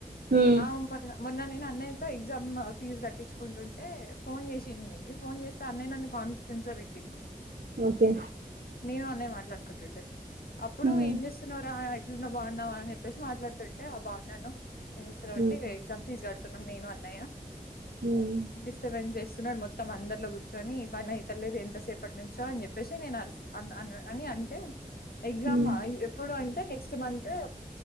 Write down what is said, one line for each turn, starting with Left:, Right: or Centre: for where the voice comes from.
Right: ఉమ్
Left: ఆ మళ్ల మొన్న నేను అన్నయ్యతో ఎగ్జామ్ ఫీజ్ కట్టించుకుంటుంటే ఫోన్ చేసింది, ఫోన్ చేస్తే అన్నయ్య నన్ను కాన్ఫిడెన్స్ లో పెట్టిండు
Right: ఓకే
Left: నేను అన్నయ మాట్లాడుకుంటుంటే అప్పుడు
Right: ఉమ్
Left: ఏం చేస్తున్నారా ఆ నా బాగున్నావా అని చెప్పేసి మాట్లాడుతుంటే ఆ బాగున్నాను అన్న ఏంచేస్తూరు
Right: ఉమ్
Left: అంటే ఎగ్జామ్ ఫీజు కడుతున్న, సున్నం నేను అన్నయ్య
Right: ఉమ్
Left: డిస్టబన్స్ చేస్తున్నారు మొత్తం అందర్లో గుర్చోని బని అయితలేదు ఎంతసేపటి నుంచో అని చెప్పేసి నేను అరుస్ అన్ అన్ అని అంటే ఎగ్జామ్
Right: ఉమ్
Left: అ ఇ ఎప్పుడు అంటే next month